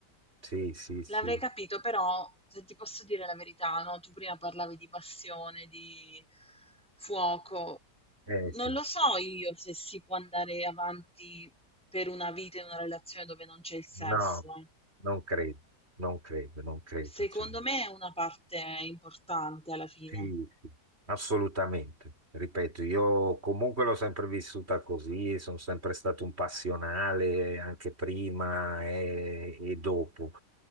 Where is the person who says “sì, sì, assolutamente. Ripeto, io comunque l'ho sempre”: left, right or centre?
Right